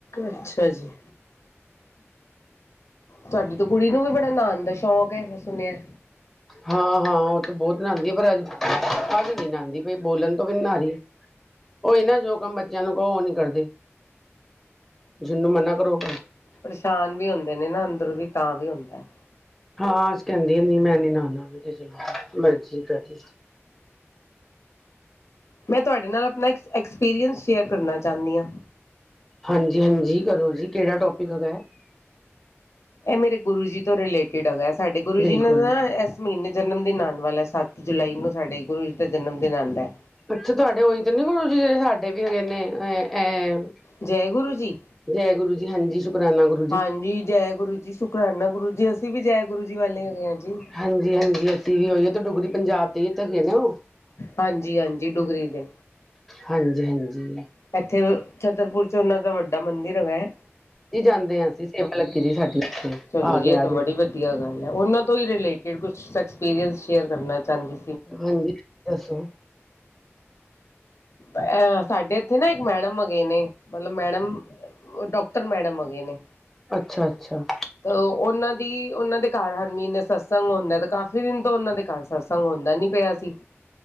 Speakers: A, on the left; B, in the centre.
A: ਅੱਛਾ ਜੀ। ਤੁਹਾਡੀ ਤੇ ਕੁੜੀ ਨੂੰ ਵੀ ਬੜਾ ਨਾਹਨ ਦਾ ਸ਼ੌਕ ਏ ਮੈਂ ਸੁਨਿਆ।
B: ਹਾਂ ਹਾਂ ਉਹ ਤਾਂ ਬੋਤ ਨਹਾਂਦੀ ਹੈ ਪਰ ਅੱਜ ਅੱਜ ਨਹੀਂ ਨਹਾਂਦੀ ਪਈ ਬੋਲਣ ਤੋਂ ਵੀ ਨੀ ਨਹਾ ਰੀ। ਉਹੀ ਨਾ ਜੋ ਕੰਮ ਬੱਚੇਆਂ ਨੂੰ ਕਹੋ ਉਹ ਨੀ ਕਰਦੀ। ਜਿਹਨੂੰ ਮਨਾ ਕਰੋ
A: ਪਰਸ਼ਾਨ ਵੀ ਹੁੰਦੇ ਨੇ ਨਾ ਅੰਦਰੋਂ ਦੀ ਤਾਂ ਵੀ ਹੁੰਦਾ।
B: ਹਾਂ ਅੱਜ ਕਹਿੰਦੀ ਨਈ ਮੈਂ ਨੀ ਨਹਾਨਾ ਚਲੋ ਮਰਜ਼ੀ ਤੁਹਾਡੀ।
A: ਮੈਂ ਤੁਹਾਡੇ ਨਾਲ ਅਪਨਾ ਇੱਕ ਐਕਸਪੀਰੀਅੰਸ ਸ਼ੇਅਰ ਕਰਨਾ ਚਾਹਨੀ ਆ।
B: ਹਾਂਜੀ ਹਾਂਜੀ ਕਰੋ ਜੀ ਕਿਹੜਾ ਟੋਪ ਪਖ ਗ ਹੈ <unintelligible>
A: ਇਹ ਮੇਰੇ ਗੁਰੂ ਜੀ ਤੋਂ ਰਿਲੇਟਿਡ ਹੈਗਾ ਸਾਡੇ ਗੁਰੂ
B: ਬਿਲਕੁਲ
A: ਜੀ ਨਾਲ ਨਾ ਏਸ ਮਹੀਨੇ ਜਨਮ ਦਿਨ ਆਨ ਵਾਲਾ ਸੱਤ ਜੁਲਾਈ ਨੂੰ ਸਾਡੇ ਗੁਰੂ ਜੀ ਦਾ ਜਨਮ ਦਿਨ ਆਂਦਾ।
B: ਅੱਛਾ ਤੁਹਾਡੇ ਉਹੀ ਤੇ ਨੀ ਗੁਰੂ ਜੀ ਜਿਹੜੇ ਸਾਡੇ ਵੀ ਹੈਗੇ ਨੇ ਇਹ
A: ਜੈ ਗੁਰੂ ਜੀ
B: ਜੈ ਗੁਰੂ ਜੀ ਹਾਂਜੀ ਸ਼ੁਕਰਾਨਾ ਗੁਰ
A: ਹਾਂਜੀ ਜੈ ਗੁਰੂ ਜੀ ਸ਼ੁਕਰਾਨਾ ਗੁਰੂ ਜੀ ਅਸੀਂ ਵੀ ਜੈ ਗੁਰੂ ਜੀ ਵਾਲੇ ਹੈਗੇ ਆ ਜੀ।
B: ਹਾਂਜੀ ਹਾਂਜੀ ਅਸੀਂ ਵੀ ੳਈੳ ਤੇ ਡੁਗਰੀ ਪੰਜਾਬ ਦੇ ਹੀ ਤਾਂ ਹੈਗੇ ਨਾ।
A: ਹਾਂਜੀ ਹਾਂਜੀ ਡੁਗਰੀ ਦੇ।
B: ਹਾਂਜੀ ਹਾਂਜੀ।
A: ਇੱਥੇ ਛਤਰਪੁਰ ਚ ਉਹਨਾ ਦਾ ਵੱਡਾ ਮੰਦਿਰ ਹੈਗਾ।
B: ਜੀ ਜਾਂਦੇ ਆ ਅਸੀਂ ਸੇਵਾ ਲੱਗੀ ਜਹੀ ਸਾਡੀ ਉੱਥੇ।
A: ਚਲੋ
B: ਆ
A: ਜੀ
B: ਗਿਆ
A: ਇਹ ਤਾਂ
B: ਅੱਜ
A: ਬੜੀ ਵਧੀਆ ਗੱਲ ਹੈ ਉਹਨਾਂ ਤੋਂ ਹੀ ਰਿਲੇਟਿਡ ਕੁਛ ਐਕਸਪੀਰੀਅੰਸ ਸ਼ੇਅਰ ਕਰਨਾ ਚਾਂਦੀ।
B: ਹਾਂਜੀ ਦੱਸੋ
A: ਅਹ ਸਾਡੇ ਇੱਥੇ ਨਾ ਇੱਕ ਮੈਡਮ ਹਗੇ ਨੇ ਮਤਲਬ ਮੈਡਮ ਓਹ ਡਾਕਟਰ ਮੈਡਮ ਹਗੇ ਨੇ
B: ਅੱਛਾ-ਅੱਛਾ।
A: ਤ ਉਹਨਾਂ ਦੀ, ਉਹਨਾਂ ਦੇ ਕਾਰ ਹਰ ਮਹੀਨੇ ਸਤਸੰਗ ਹੁੰਦਾ ਐ, ਤੇ ਕਾਫੀ ਦਿਨ ਤੋਂ ਉਹਨਾਂ ਦੇ ਕਾਰ ਸਤਸੰਗ ਹੁੰਦਾ ਨਈ ਪਿਆ ਸੀ।